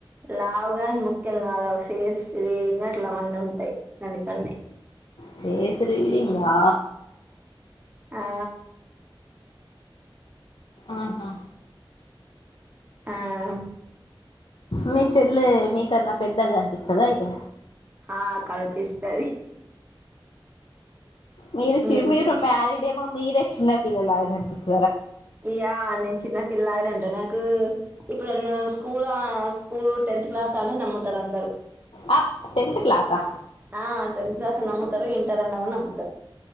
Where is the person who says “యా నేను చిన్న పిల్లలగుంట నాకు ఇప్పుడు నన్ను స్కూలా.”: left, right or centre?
Right